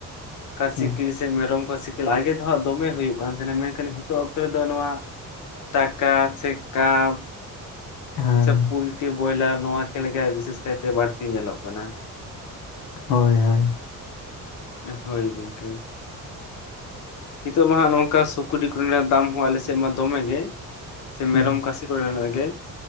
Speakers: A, on the left; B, on the left.
A: ᱠᱟᱹᱥᱤ
B: ᱦᱮᱸ
A: ᱠᱤᱨᱤᱥ ᱥᱮ ᱢᱮᱨᱚᱢ ᱠᱚ ᱥᱤᱠᱮᱞ ᱟᱜᱮ ᱫᱚᱦᱟᱸᱜ ᱫᱚᱢᱮ ᱦᱩᱭᱩᱜ ᱠᱟᱱ ᱛᱟᱦᱮᱱᱟ ᱢᱮᱱᱠᱷᱟᱱ ᱱᱤᱛᱚᱜ ᱚᱠᱛᱚ ᱨᱮᱫᱚ ᱱᱚᱶᱟ ᱴᱟᱠᱟ ᱥᱮ ᱠᱟᱢ
B: ᱦᱮᱸ
A: ᱥᱮ ᱯᱩᱞᱴᱤ ᱵᱚᱭᱞᱟᱨ ᱱᱚᱶᱟ ᱠᱷᱮᱞ ᱜᱮ ᱵᱤᱥᱮᱥ ᱠᱟᱭᱛᱮ ᱵᱟᱹᱲᱛᱤ ᱧᱮᱞᱚᱜ ᱠᱟᱱᱟ
B: ᱦᱳᱭ ᱦᱳᱭ ᱾
A: ᱦᱳᱭ ᱜᱚᱢᱠᱮ ᱾ ᱱᱤᱛᱚᱜ ᱢᱟ ᱦᱟᱸᱜ ᱱᱚᱝᱠᱟ ᱥᱩᱠᱨᱤ ᱠᱚᱨᱮ ᱨᱮᱱᱟᱜ ᱫᱟᱢ ᱦᱚᱸ ᱟᱞᱮ ᱥᱮᱫ ᱢᱟ ᱫᱚᱢᱮ ᱜᱮ ᱥᱮ ᱢᱮᱨᱚᱢ
B: ᱦᱮᱸ
A: ᱠᱟᱥᱤ ᱠᱚᱨᱮᱱᱟᱜ ᱜᱮ